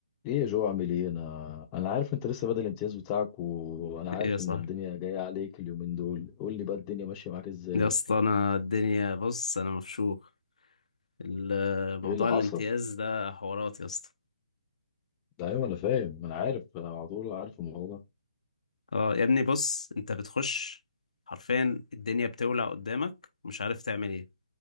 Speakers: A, on the left; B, on the left.
A: ايه يا جو عامل ايه انا انا عارف انت لسه بدأ الامتياز بتاعك وانا عارف
B: ايه صاحبي
A: ان الدنيا جايه عليك اليومين دول قول لي بقى الدنيا ماشيه معاك ازاي
B: يا اسطى انا الدنيا بص انا مفشوخ الموضوع
A: ايه اللي حصل
B: الامتياز ده حوارات يا اسطى
A: ده ايوه انا فاهم انا عارف انا على طول عارف الموضوع ده
B: اه يا ابني بص انت بتخش حرفيا الدنيا بتولع قدامك مش عارف تعمل ايه